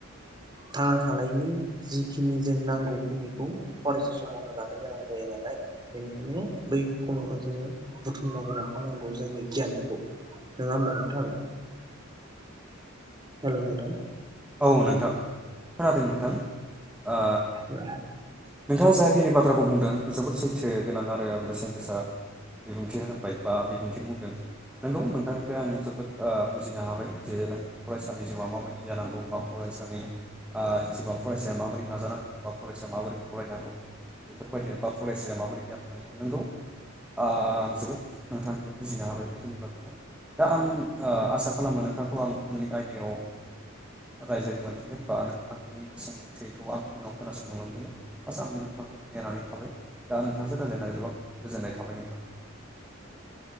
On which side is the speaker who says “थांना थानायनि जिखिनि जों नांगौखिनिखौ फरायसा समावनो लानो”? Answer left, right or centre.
Right